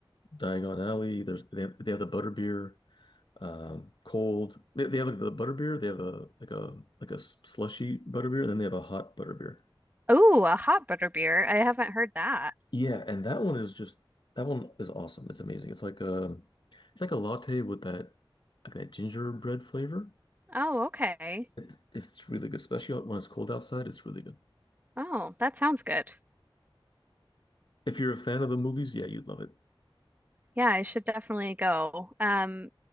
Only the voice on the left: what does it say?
Diagon Alley. There's they have they have the Butterbeer, um, cold. They, they have like the Butterbeer. They have a like a like a s- slushy Butterbeer, and then they have a hot Butterbeer.
Yeah, and that one is just that one is awesome. It's amazing. It's like a it's like a latte with that like that gingerbread flavor.
It, it's really good, especially when it's cold outside. It's really good.
If you're a fan of the movies, yeah, you'd love it.